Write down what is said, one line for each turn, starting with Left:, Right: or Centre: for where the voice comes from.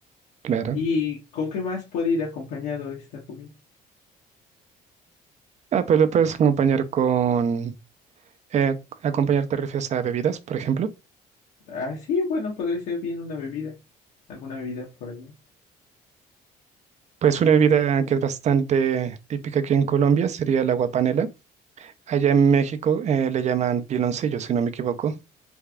Right: claro.
Left: ¿Y con qué más puede ir acompañado esta comida?
Right: Ah, pues lo puedes acompañar con eh, acompañar te refieres a bebidas, por ejemplo.
Left: Ah, sí, bueno, podría ser bien una bebida. alguna bebida por allá.
Right: Pues una bebida que es bastante típica aquí en Colombia sería el agua panela. Allá en México eh, le llaman piloncillo, si no me equivoco.